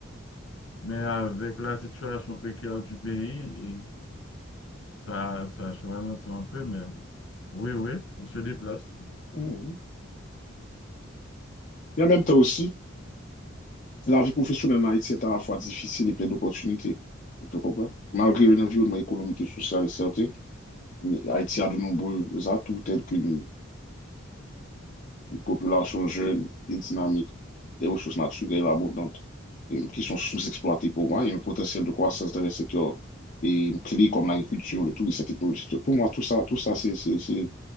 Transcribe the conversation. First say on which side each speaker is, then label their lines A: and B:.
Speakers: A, on the left; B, on the left.
A: mais avec la situation précaire du pays, Ça, ça ralentit un peu, mais oui, oui, on se déplace. Il
B: Mhm. Et en même temps aussi, la vie professionnelle en Haïti est à la fois difficile et pleine d'opportunités. Tu comprends? Malgré un environnement économique et social incertain, Haïti a de nombreux atouts tels qu'une population jeune et dynamique, des ressources naturelles abondantes euh, qui sont sous-exploitées pour moi, et un potentiel de croissance dans les secteurs et clés comme l'agriculture, le tourisme, la technologie. Pour moi, tout ça, tout ça, c'est c'est- c'est-